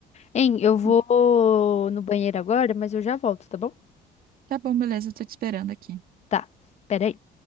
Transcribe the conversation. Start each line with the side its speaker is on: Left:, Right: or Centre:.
Left: Hein, eu vou
Right: Hum,
Left: no banheiro agora, mas eu já volto, tá bom?
Right: Tá bom, beleza, eu tô te esperando aqui.
Left: Tá, peraí.